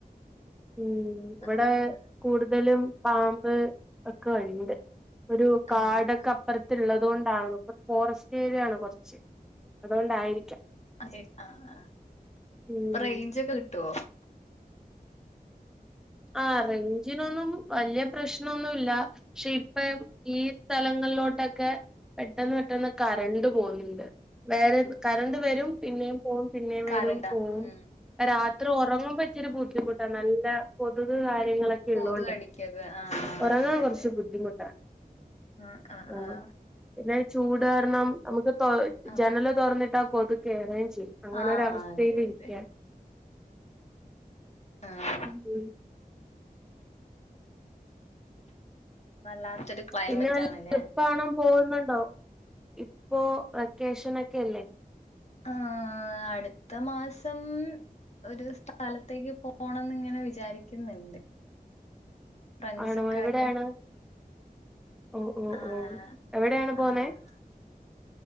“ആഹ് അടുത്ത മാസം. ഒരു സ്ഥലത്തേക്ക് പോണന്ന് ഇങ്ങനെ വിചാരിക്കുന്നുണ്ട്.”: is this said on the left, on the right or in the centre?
Left